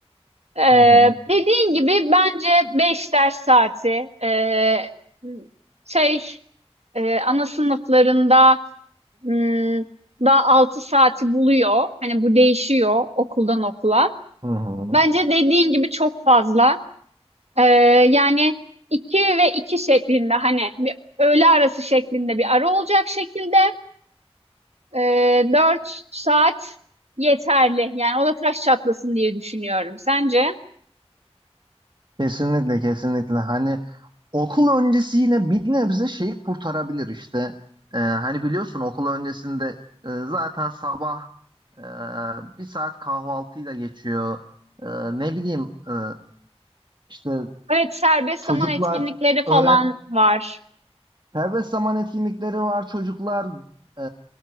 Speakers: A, on the right; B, on the right.
A: Eee
B: Hı hı,
A: dediğin gibi bence 5 ders saati eee şey eee, ana sınıflarında Imm, daha 6 saati buluyor. Hani, bu değişiyor okuldan okula.
B: hı hı.
A: Bence dediğin gibi çok fazla. Eee, yani 2 ve 2 şeklinde, hani, bir öğle arası şeklinde bir ara olacak şekilde, eee, 4 saat yeterli. Yani o da taş çatlasın diye düşünüyorum. Sence?
B: Kesinlikle kesinlikle hani okul öncesi yine bir nebze şeyi kurtarabilir işte Ee, hani biliyorsun okul öncesinde e, zaten sabah e, bir saat kahvaltıyla geçiyor Ee, ne bileyim e, işte
A: Evet, serbest
B: çocuklar
A: zaman etkinlikleri falan
B: öğren
A: var.
B: Serbest zaman etkinlikleri var. Çocuklar e,